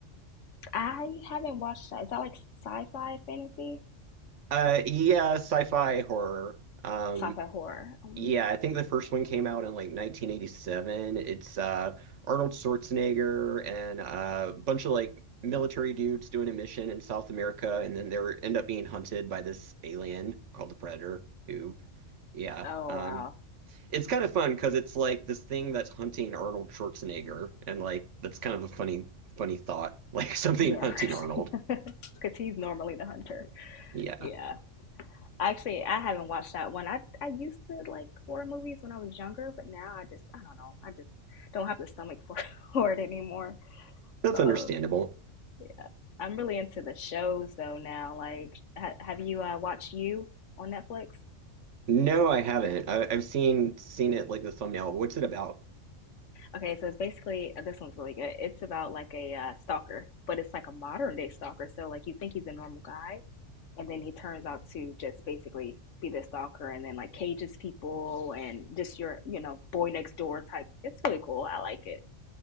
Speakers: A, on the left (about 75°); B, on the right (about 70°).
A: I haven't watched that. Is that like sci-fi fantasy?
B: Uh, yeah, sci-fi horror. Um,
A: Sci-fi horror. Um,
B: yeah, I think the first one came out in like 1987. It's uh Arnold Schwarzenegger and uh, a bunch of like military dudes doing a mission in South America, and then they are end up being hunted by this alien called the Predator. Who, yeah,
A: oh
B: um,
A: wow.
B: it's kind of fun because it's like this thing that's hunting Arnold Schwarzenegger, and like that's kind of a funny, funny thought, <laughs> like something
A: Yeah,
B: hunting Arnold.
A: <laughs> because he's normally the hunter.
B: Yeah,
A: Yeah. Actually, I haven't watched that one. I I used to like horror movies when I was younger, but now I just I don't know. I just don't have the stomach for <laughs> for it anymore.
B: that's
A: Uh,
B: understandable.
A: Yeah. I'm really into the shows though now. Like, ha have you uh, watched You on Netflix?
B: No, I haven't. I, I've seen seen it like the thumbnail. What's it about?
A: Okay, so it's basically uh, this one's really good. It's about like a uh, stalker, but it's like a modern day stalker. So like you think he's a normal guy, and then he turns out to just basically be the stalker, and then like cages people and just your you know boy next door type. It's really cool. I like it.